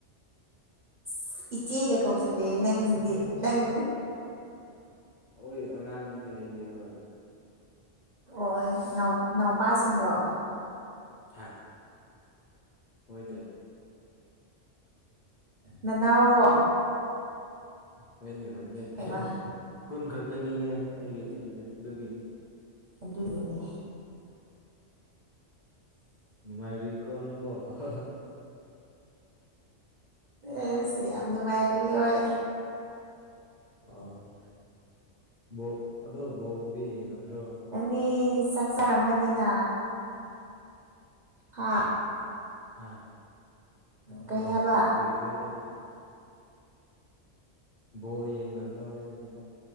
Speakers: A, on the right; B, on the left.
A: ꯏꯁ ꯏꯆꯦꯒ ꯀꯧꯁꯤꯟꯂꯦ ꯅꯪꯁꯤꯗꯤ ꯅꯪ
B: ꯑꯣꯏ ꯑꯉꯥꯡꯅꯤꯅꯦ ꯑꯩꯗꯤ ꯍꯣꯏ
A: ꯑꯣꯏ ꯅꯥꯎ ꯅꯥꯎꯄꯁꯤꯡꯔꯣ
B: ꯍꯥ ꯍꯣꯏꯅꯦ
A: ꯅꯅꯥꯎꯔꯣ
B: ꯍꯣꯏꯅꯦ ꯍꯣꯏꯅꯦ
A: ꯍꯩꯃ
B: ꯊꯤꯟ ꯀꯨꯟ ꯈꯛ ꯗꯨꯅꯤꯅꯦ ꯑꯩꯒꯤ ꯆꯍꯤꯗꯣ ꯑꯗꯨꯒꯤꯅꯤ
A: ꯑꯗꯨꯒꯤꯅꯦ
B: ꯅꯨꯉꯥꯏꯔꯤꯀꯣ ꯅꯪꯕꯣ ꯑꯥꯍ
A: ꯑꯁ ꯌꯥꯝ ꯅꯨꯡꯉꯥꯏꯔꯤ ꯍꯣꯏ
B: ꯑꯥ ꯕꯣ ꯑꯗꯣ ꯕꯣꯜꯗꯤ ꯌꯦꯡꯅꯗ꯭ꯔꯣ
A: ꯅꯪꯗꯤ ꯆꯥꯛ ꯆꯔꯝꯃꯅꯤꯅ ꯍꯥ
B: ꯍꯥ
A: ꯀꯩ
B: ꯑꯧ
A: ꯍꯥꯏꯕ
B: ꯀꯨꯏꯈ꯭ꯔꯦ ꯑꯩꯗꯤ ꯕꯣꯜ ꯌꯦꯡꯒꯗ꯭ꯔꯣ ꯍꯥꯏꯕꯅꯤꯗ